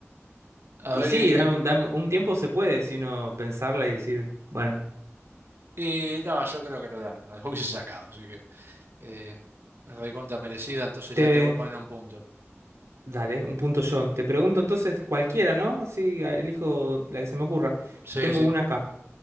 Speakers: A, on the right; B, on the right.
A: A
B: Y
A: ver,
B: sí, dame
A: y,
B: un, dame un tiempo se puede si uno pensarla y decir, bueno,
A: y no, yo creo que no la, no la <laughs> hubiese sacado, así que eh, recontra merecida, entonces
B: te...
A: ya te voy poniendo un punto.
B: Dale, un punto yo. Te pregunto entonces cualquiera, ¿no? Así elijo la que se me ocurra.
A: Sí,
B: Tengo
A: sí,
B: una acá.